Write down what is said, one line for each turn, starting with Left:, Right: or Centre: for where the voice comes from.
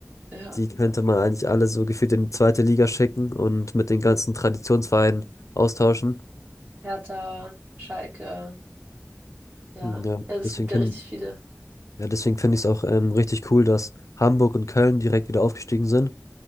Right: ja,
Left: Die könnte man eigentlich alle so gefühlt in die zweite Liga schicken und mit den ganzen Traditionsvereinen austauschen.
Right: Hertha, Schalke, ja.
Left: Hm, Ja,
Right: Also es
Left: deswegen
Right: gibt
Left: finde
Right: ja richtig viele.
Left: ja, deswegen finde ich es auch ähm, richtig cool, dass Hamburg und Köln direkt wieder aufgestiegen sind.